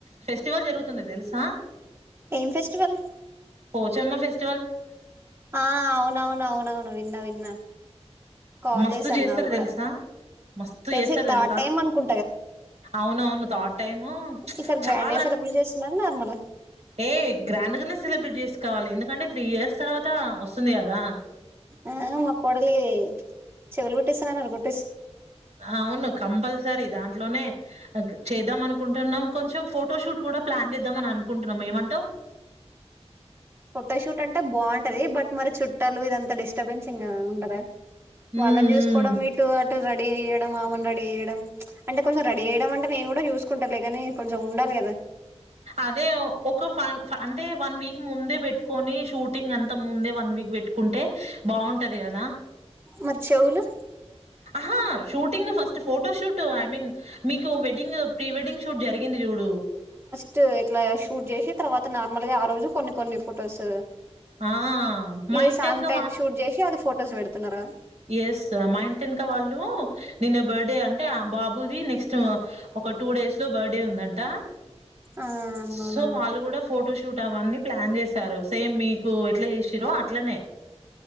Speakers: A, on the right; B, on the right.
A: ఫెస్టివల్ జరుగుత్ తుంది తెలుసా
B: ఏం ఫెస్టివల్
A: పోచమ్మ ఫెస్
B: ఆ అవునవును అవునవును విన్నా విన్నా కాల్
A: మస్తు
B: చేసారు
A: చేస్తారు
B: నాకు కూడా
A: తెలుసా మస్తు
B: తెలిసి
A: చేస్తారు
B: థర్డ్
A: తెలుసా
B: టైం అనుకుంట
A: అవునవును థర్డ్ టైము
B: ఈసారి గ్రాండ్
A: చాలా
B: గా
A: అన్
B: సెలబ్రేట్ చేస్తున్నారు నార్మల్
A: ఏ గ్రాండ్ గానే సెలబ్రేట్ చేస్ కావాలి ఎందుకంటే తీ ఇయర్స్ తర్వత్ అంత వస్తుంది గదా
B: ఆ మా కోడలి చెవుల్ గుట్టస్తా నన్నారు గూర్
A: అవును కంపల్సరిత్ దాంట్లోనే అక్ చేద్దాం అనుకుంటున్నాం కొంచెం ఫోటో షూట్ కూడా ప్లాన్ చేద్దాం అని అనుకుంటున్నాం ఏమంటావ్
B: ఫొటోషూట్ అంటే బాగుంటది బట్ మరి చుట్టాలు ఇదంతా డిస్టర్బెన్సింగ్ ఉండదా
A: ఉమ్
B: వాళ్ళను
A: ఉమ్
B: చూసుకోవడం ఇటు అటు ఇటు రెడీ ఏయడం ఆమెను రెడీ చేయడం అంటే కొంచెం రెడీ చేయడం అంటే నేను గూడా చూసుకుంటాలే గాని కొంచెం ఉండాలి గదా
A: అదే ఒక ఫన్ అంటే వన్ వీక్ ముందే కొని షూటింగ్ అంత ముందే వన్ వీక్ పెట్టుకుంటే బాగుంటది గదా
B: మరి చెవులు
A: ఆహా shooting first photo shoot I mean మీకు వెడ్డింగ్ ప్రీ వెడ్డింగ్ షూట్ జరిగింది జూడు
B: ట్ ఇట్లా షూట్ చేసి తర్వాత నార్మల్ గా ఆ రోజు కొన్ని కొన్ని ఫొటోస్
A: ఆ! మా
B: ఇదే
A: ఇంటెనక
B: సాంగ్ టైప్ షూట్ చేసి అది ఫొటోస్ వెడుతున్నారా
A: ఎస్ మా ఇంటేనుక వాళ్ళు నిన్న బర్త్డే అంటే ఆ బాబుది నెక్స్ట్ ఒక టూ డేస్ లో బర్డే ఉందంట
B: ఆ అవునా
A: సో వాళ్ళు కూడా ఫోటోషూట్ అవన్నీ ప్లాన్ చేస్ టారు సేమ్ మీకు ఎట్లా చేసిరో అట్లనే